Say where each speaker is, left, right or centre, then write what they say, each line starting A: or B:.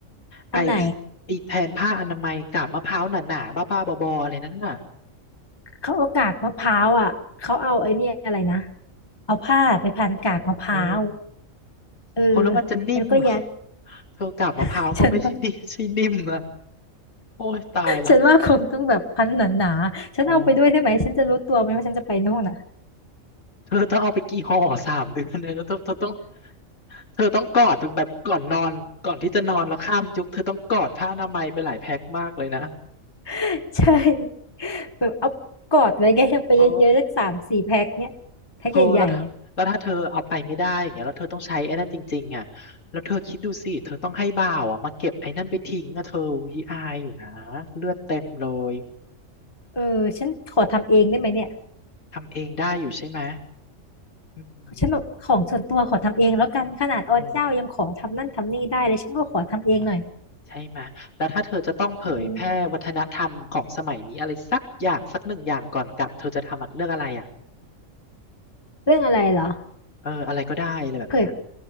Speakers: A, on the left (about 70°); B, on the left (about 20°).
A: ไอ
B: อันไหน
A: ไอแทนผ้าอนามัยกับมะพร้าวหนาๆบ้าๆบอๆอะไรนั่นน่ะ
B: เขาเอากากมะพร้าวอ่ะเขาเอาไอ้เนี่ยอะไรนะเอาผ้าไปพันกากมะพร้าว
A: เออ
B: เออ
A: โอ้แล้วมันจะนิ่มเหรอ
B: แล้วก็ยัด
A: เธอกาบมะพร้าวก็ไม่ได้นิ่มใช่นิ่มนะ
B: <laughs> ฉันว่า
A: โอ้ยตายละ
B: ฉันว่าคงต้องแบบพันหนาๆฉันเอาไปด้วยได้ไหมฉันจะรู้ตัวไหมว่าฉันจะไปนู่นอ่ะ
A: อ๋อเธอต้องเอาไปกี่ห่อสามเดือนเลยแล้วเธอเธอต้องเธอต้องกอดถึงแบบก่อนนอนก่อนที่จะนอนแล้วข้ามยุคเธอต้องกอดผ้าอนามัยไปหลายแพ็คมากเลยนะ
B: <laughs> ใช่แบบเอากอดไว้ไงเอาไปเยอะๆสักสามสี่แพ็คเนี่ยแพ็คใหญ่ๆอ่ะ
A: อ๋อ เธอแล้วถ้าแล้วถ้าเธอเอาไปไม่ได้อย่างเงี้ยแล้วเธอต้องใช้ไอ้นั่นจริงๆอ่ะแล้วเธอคิดดูสิเธอต้องให้บ่าวอ่ะมาเก็บไอ้นั่นไปทิ้งอ่ะเธอวีอายอยู่นะเลือดเต็มเลย
B: เออฉันขอทำเองได้ไหมเนี่ย
A: ทำเองได้อยู่ใช่ไหมอืม
B: ฉันแบบของส่วนตัวขอทำเองแล้วกันขนาดอเจ้ายังขอทำนั่นทำนี่ได้เลยฉันก็ขอทำเองหน่อย
A: โอ้ใช่ไหมแล้วถ้าเธอจะต้องเผยแพร่วัฒนธรรมของสมัยนี้อะไรสักอย่างสักหนึ่งอย่างก่อนกลับเธอจะทำอะเลือกอะไรอ่ะ
B: อืมเรื่องอะไรเหรอ
A: เอออะไรก็ได้อะไรแบบเนี้ย
B: เผย